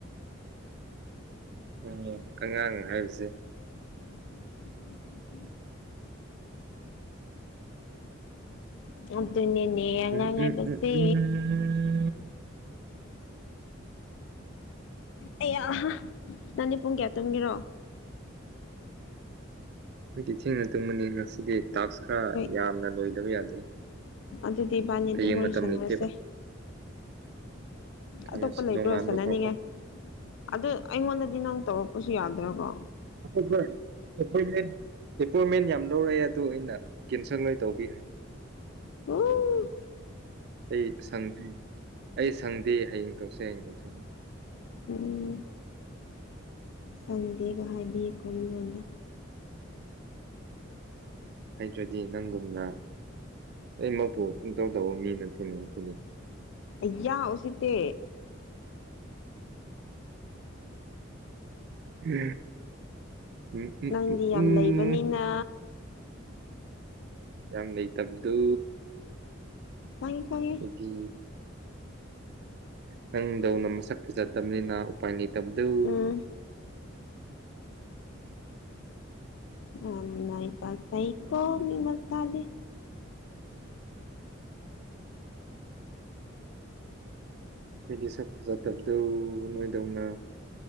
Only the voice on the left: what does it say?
<unintelligible> ꯑꯗꯨꯅꯤꯅꯦ ꯑꯉꯥꯡ
ꯍꯥꯏꯕꯁꯦ꯫
ꯑꯩꯌꯥꯍꯥ ꯅꯪꯗꯤ ꯄꯨꯡ ꯀꯌꯥ ꯇꯨꯝꯒꯦꯔꯣ?
ꯍꯣꯏ
ꯑꯗꯨꯗꯤ ꯏꯕꯥꯅꯤ ꯑꯗꯨꯝ
ꯋꯥꯔꯤ
ꯁꯥꯅꯔꯁꯦ꯫
ꯑꯇꯣꯞꯄ ꯂꯩꯕ꯭ꯔꯣ
ꯁꯥꯟꯅꯅꯤꯉꯥꯏ꯫
ꯑꯗꯨ ꯑꯩꯉꯣꯟꯗꯗꯤ ꯅꯪ ꯇꯧꯔꯛꯄꯁꯨ ꯌꯥꯗ꯭ꯔꯒ꯫
ꯕꯨ ꯎ
ꯎꯝ ꯁꯪꯗꯦꯒ ꯍꯥꯏꯕꯤꯌꯦꯀꯣ ꯃꯤꯉꯣꯟꯗ꯫
ꯑꯌꯥ ꯎꯁꯤꯇꯦ꯫
ꯅꯪꯗꯤ
ꯌꯥꯝ ꯂꯩꯕꯅꯤꯅ
ꯈꯪꯉꯦ ꯈꯪꯉꯦ꯫
ꯎꯝ <unintelligible> ꯃꯤ ꯃꯆꯥ ꯗꯤ